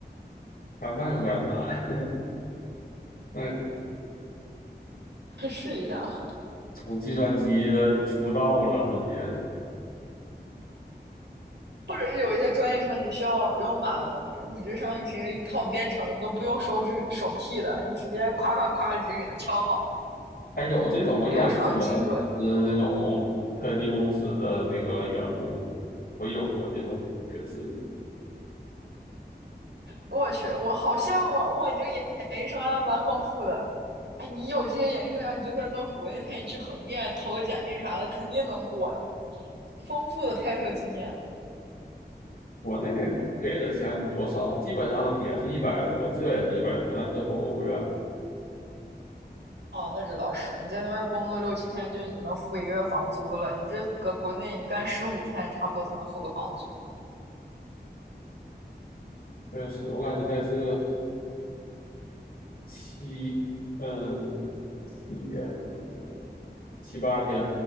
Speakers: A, on the left; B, on the right.
A: 慢慢有点难。<laughs> 那
B: <laughs> 试一下嘛。
A: 从计算机的出道了，直接
B: 或者是有一些专业场景需要有码农，你这上面直接一套编程，你都不用手指手替的，你直接夸夸夸直接给它敲好，
A: 还有这种我演过，
B: 流畅精准。
A: 就是那种科技公司的这个员工，我有过这种角色。
B: 我去，我好羡慕啊哇，你这个演艺生涯蛮丰富的。哎，你有这些演艺生涯，你就算到国内，你去横店投个简历啥的，肯定能过。丰富的拍摄经验，
A: 国内给的钱多少，基本上也是一百多，这也是一百多，但这不欧元。
B: 哦，那这倒是，你在那边工作六七天就已经能付一个月房租了，你这搁国内你干十五天差不多才能付个房租。
A: 确实，我感觉在这七嗯七天多天七八天，